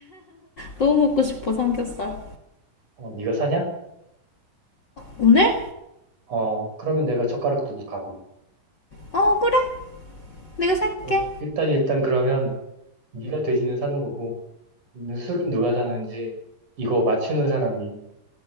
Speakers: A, on the left; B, on the right.
A: 너무 먹고 싶어, 삼겹살.
B: 어, 네가 사냐?
A: 오늘?
B: 어, 그러면 내가 젓가락 들고 가고.
A: 어, 그래. 내가 살게.
B: 그럼 일단 일단 그러면 네가 돼지는 사는 거고 그 술은 누가 사는지 이거 맞추는 사람이